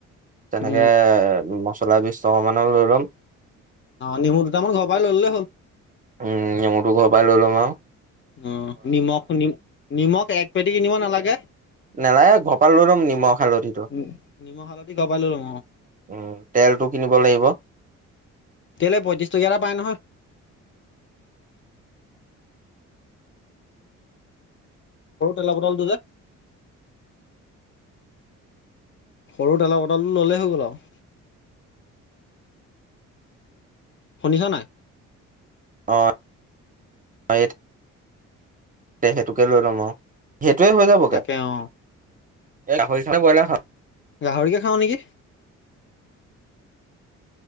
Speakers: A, on the right (about 25°); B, on the left (about 40°).
A: তেনেকে
B: উম
A: এ মছলা বিছ টকা মানৰ লৈ ল'ম
B: অ নেমু দুটামান ঘৰৰ পৰাই ললে হ'ল
A: উম নেমুটো ঘৰৰ পৰাই লৈ লম আও
B: অ নিমখ নিমখ এক পেকেট কিনিব নালাগে
A: নেলাগে ঘৰৰ পৰা লৈ লম নিমখ হালধিটো
B: উম, নিমখ হালধি ঘৰৰপৰাই লৈ ল'ম অ
A: অ তেলটো কিনিব লাগিব
B: তেল এই পয়ত্ৰিছ টকীয়া এটা পায় নহয়। সৰু তেল বটলটো যে সৰু তেলৰ বটলটো লৈ ল'লে হৈ গল আও শুনিছ নাই
A: অঁ এই <inaudible> সেইটোকে লৈ ল'ম অ সেইটোয়ে হৈ যাবগে
B: তাকে অ
A: গাহৰি খাব নে বইলাৰ খাম
B: গাহৰিকে খাওঁ নেকি